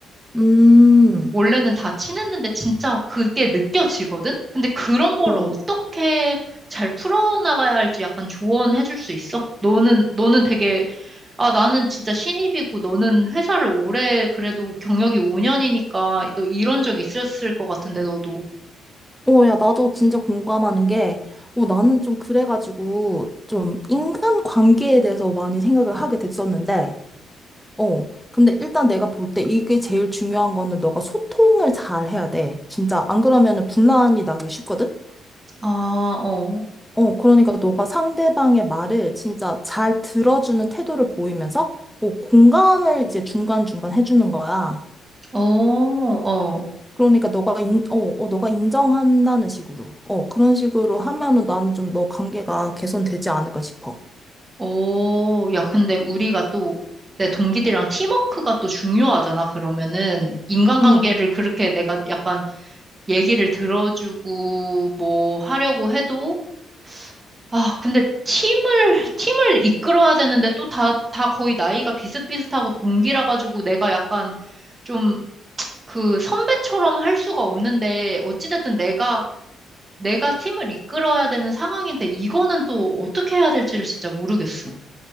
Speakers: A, in the centre; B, on the right.
A: 음,
B: 원래는 다 친했는데 진짜 그게 느껴지거든? 근데 그런 걸
A: 어,
B: 어떻게 잘 풀어나가야 할지 약간 조언해줄 수 있어? 너는, 너는 되게, 아, 나는 진짜 신입이고 너는 회사를 오래 그래도 경력이 5년이니까 너 이런 적 있었을 것 같은데, 너도.
A: 어, 야, 나도 진짜 공감하는 게, 어, 나는 좀 그래가지고 좀 인간 관계에 대해서 많이 생각을 하게 됐었는데, 어, 근데 일단 내가 볼 때 이게 제일 중요한 거는 너가 소통을 잘 해야 돼. 진짜 안 그러면은 분란이 나기 쉽거든?
B: 아, 어,
A: 어, 그러니까 너가 상대방의 말을 진짜 잘 들어주는 태도를 보이면서 어, 공감을 이제 중간중간 해주는 거야.
B: 어, 어,
A: 그러니까 너가 인, 어, 어, 너가 인정한다는 식으로. 어, 그런 식으로 하면은 나는 좀 너 관계가 개선되지 않을까 싶어.
B: 어. 야, 근데 우리가 또 내 동기들이랑 팀워크가 또 중요하잖아, 그러면은. 인간관계를
A: 응, 응.
B: 그렇게 내가 약간 얘기를 들어주고 뭐 하려고 해도 아, 근데 팀을 팀을 이끌어야 되는데 또 다 다 거의 나이가 비슷비슷하고 동기라 가지고 내가 약간 좀 그 선배처럼 할 수가 없는데 어찌됐든 내가 내가 팀을 이끌어야 되는 상황인데 이거는 또 어떻게 해야 될지를 진짜 모르겠어.